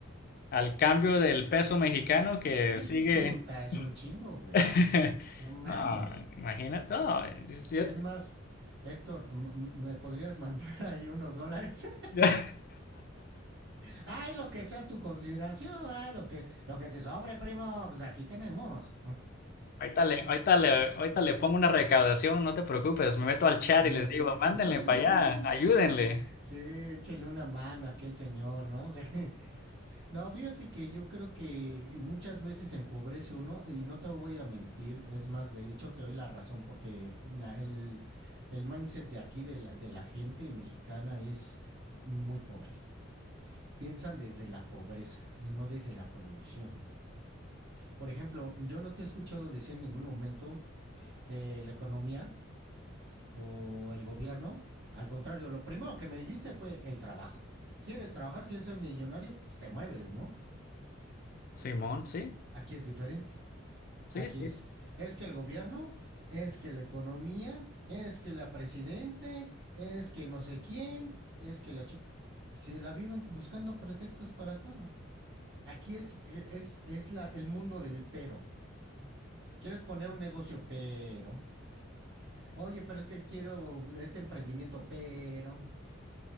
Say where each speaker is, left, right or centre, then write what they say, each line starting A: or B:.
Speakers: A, on the left; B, on the right.
A: al cambio del peso mexicano que
B: Es
A: sigue...
B: suta, es un chingo, güey.
A: <laughs>
B: No mames.
A: No, imagínate. no, es- yo-
B: Es más, Héctor, m- m- ¿me podrías <laughs> mandar ahí unos dólares? <laughs>
A: yo-
B: Ay, lo que sea tu consideración, ay, lo que, lo que te sobre, primo, pues aquí tenemos.
A: Ahorita le, ahorita le- ahorita le pongo una recaudación, no te preocupes, me meto al chat
B: Ándale.
A: y les digo, mándenle
B: <laughs>
A: para allá, ayúdenle.
B: Sí, échenle una mano aquí al señor, ¿no? <laughs> No, fíjate que yo creo que muchas veces empobrece uno y no te voy a mentir, es más, de hecho te doy la razón porque la- el, el mindset de aquí de la, de la gente mexicana es muy pobre. Piensan desde la pobreza y no desde la producción. Por ejemplo, yo no te he escuchado decir en ningún momento eh, la economía o el gobierno. Al contrario, lo primero que me dijiste fue el trabajo. ¿Quieres trabajar? ¿Quieres ser millonario? Pues te mueves, ¿no?
A: Simón, sí,
B: Aquí es diferente.
A: sí,
B: Aquí
A: sí.
B: es. Es que el gobierno, es que la economía, es que la presidente, es que no sé quién, es que la ching... Y se la viven buscando pretextos para todo. Aquí es, e-, es, es la, el mundo del pero. Quieres poner un negocio, pero. Oye, pero es que quiero este emprendimiento, pero.